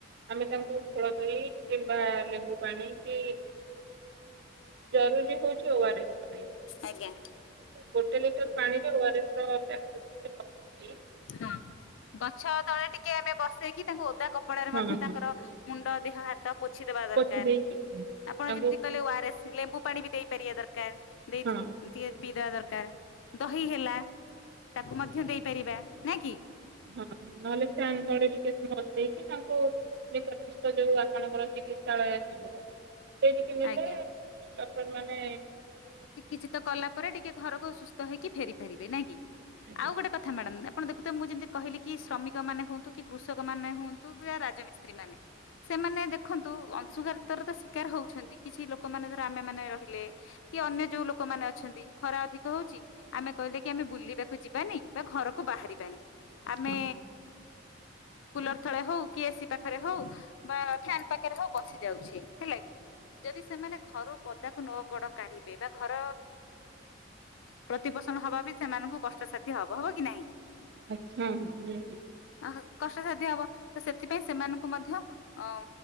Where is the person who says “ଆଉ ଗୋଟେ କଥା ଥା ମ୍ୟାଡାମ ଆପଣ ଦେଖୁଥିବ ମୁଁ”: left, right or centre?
Left